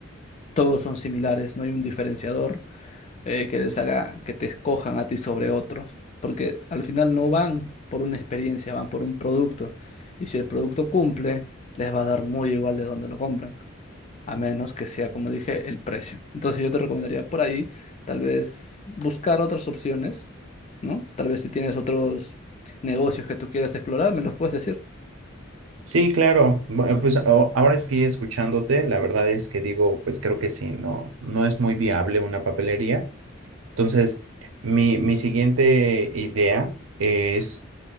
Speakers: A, on the left; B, on the right.
A: todos son similares, no hay un diferenciador eh, que les haga que te escojan a ti sobre otros, porque al final no van por una experiencia, van por un producto. Y si el producto cumple, les va a dar muy igual de donde lo compran, a menos que sea, como dije, el precio. Entonces yo te recomendaría por ahí tal vez buscar otras opciones, ¿no? Tal vez si tienes otros negocios que tú quieras explorar, me los puedes decir.
B: Sí, claro. Bueno, Pues a- ahora estoy escuchándote, la verdad es que digo, pues creo que sí, no, no es muy viable una papelería. Entonces, mi, mi siguiente idea es